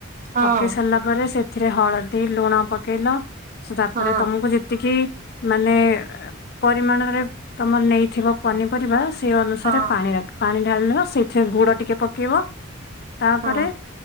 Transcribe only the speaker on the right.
ହଁ
ହଁ
ହଁ
ହଁ